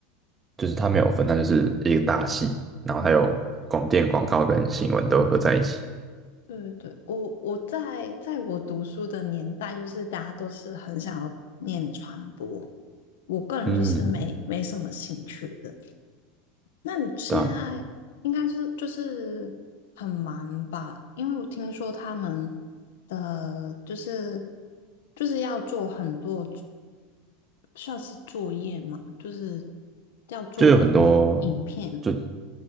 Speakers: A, on the right (about 25°); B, on the left (about 80°).
A: 就是它没有分，它就是一个大系，然后还有广电、
B: 嗯，
A: 广告跟新闻都合在一起。
B: 对对对，我我在在我读书的年代，就是大家都是很想要念传播，我个人就是没没什么兴趣的。
A: 嗯，
B: 那你现在应该是就是很忙吧？
A: 对啊，
B: 因为我听说他们的就是就是要做很多，算是作业嘛，就是要做很多影片。
A: 就有很多，就